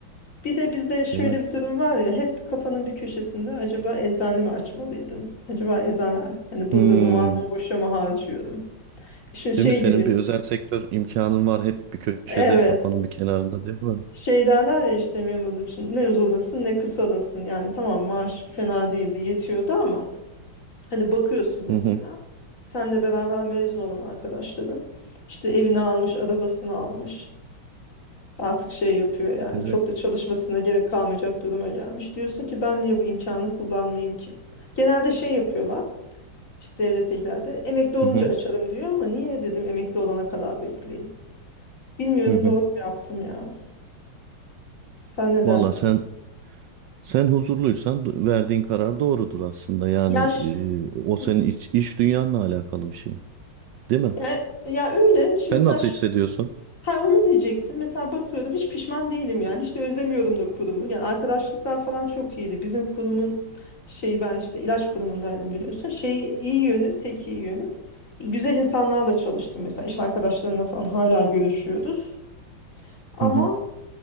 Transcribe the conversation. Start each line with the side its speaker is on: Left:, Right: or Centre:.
Left: Bir de bizde şöyle
Right: Değil mi?
Left: bir durum var ya hep kafanın bir köşesinde acaba eczane mi açmalıydım? Acaba eczane hani burada
Right: Hmm.
Left: zamanımı boşa mı harcıyorum? Şimdi şey
Right: Değil mi? Senin
Left: gibi
Right: bir özel sektör imkanın var hep bir köşede,
Left: evet
Right: kafanın bir kenarında değil mi?
Left: şey derler ya işte memurluk için ne uzalasın ne kısalasın yani tamam maaş fena değildi yetiyordu ama Hani bakıyorsun mesela
Right: Hı hı.
Left: senle beraber mezun olan arkadaşların işte evini almış, arabasını almış. Artık şey yapıyor yani
Right: Evet.
Left: çok da çalışmasına gerek kalmayacak duruma gelmiş. Diyorsun ki ben niye bu imkanı kullanmayayım ki? Genelde şey yapıyorlar işte devletteklerde emekli olunca
Right: Hı hı.
Left: açarım diyor ama niye dedim emekli olana kadar bekleyeyim. Bilmiyorum
Right: Hı hı.
Left: doğru mu yaptım ya. Sen ne dersin?
Right: Valla sen Sen huzurluysan verdiğin karar doğrudur aslında. Yani
Left: Yaş.
Right: e, o senin
Left: Hı hı.
Right: iç, iç dünyanla alakalı bir şey. Değil mi?
Left: Ya, ya öyle. Şimdi
Right: Sen
Left: mesela
Right: nasıl hissediyorsun?
Left: Ha onu diyecektim. Mesela bakıyorum hiç pişman değilim yani. Hiç de özlemiyordum da kurumu. Yani arkadaşlıklar falan çok iyiydi. Bizim kurumun şeyi ben işte ilaç kurumundaydım biliyorsun. Şey iyi yönü, tek iyi yönü. Güzel insanlarla çalıştım mesela. İş arkadaşlarımla falan hala görüşüyoruz. Ama
Right: Hı hı.